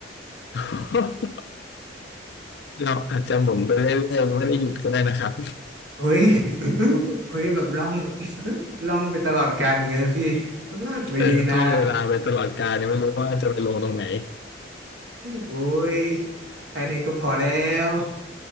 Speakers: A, on the left; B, on the right.
A: <laughs> เราอาจจะหมุนไปเรื่อยๆไม่ได้หยุดก็ได้นะครับ
B: เฮ้ยเฮ้ยแบบล่องล่องไปตลอดกาลอย่างเงี้ยเลยพี่ไม่ดีนะ
A: เออท่องเวลาไปตลอดกาลยังไม่รู้ว่าจะไปลงตรงไหน
B: โอ้ยแค่นี้ก็พอแล้ว